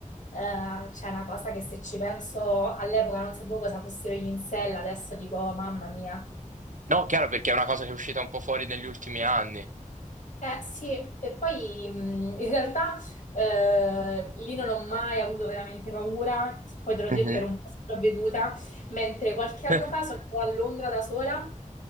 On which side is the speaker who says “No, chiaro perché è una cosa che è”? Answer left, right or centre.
Right